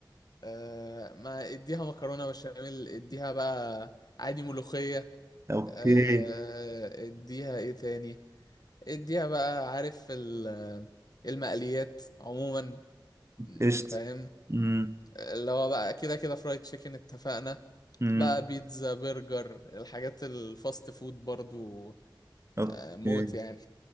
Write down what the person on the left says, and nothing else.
آه ما اديها مكرونة بشاميل اديها بقى عادي ملوخية
آه اديها ايه تاني اديها بقى عارف ال- المقليات عموما
فاهم
اللي هو بقى كده كده فرايد تشيكن اتفقنا
بقى بيتزا برجر الحاجات الفاست فود برضو
آه، موت يعني